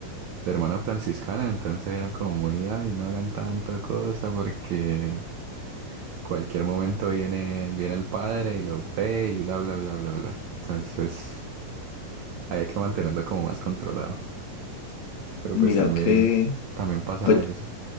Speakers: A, on the right; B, on the left.
A: de hermana franciscana, entonces eran como muy, ay, no hagan tanta cosa porque cualquier momento viene, viene el padre y lo ve y bla, bla, bla, bla, bla. Entonces, pues, había que mantenerlo como más controlado. Pero
B: Mira
A: pues también,
B: que,
A: también pasaba
B: pues
A: eso.